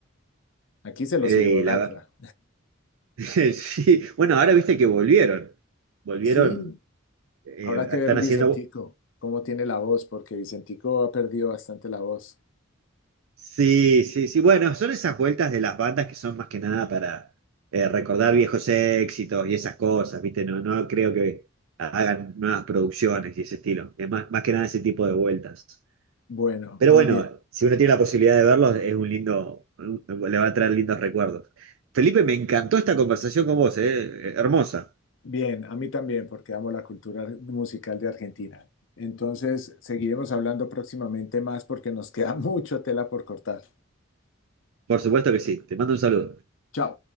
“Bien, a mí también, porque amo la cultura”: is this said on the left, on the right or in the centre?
Left